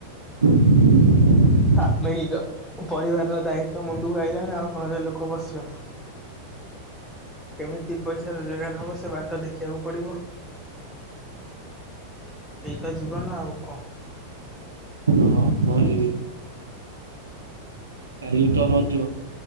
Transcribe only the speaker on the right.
<unintelligible>
ହଁ ଭାଇ। କାଲି ତ ରଜ।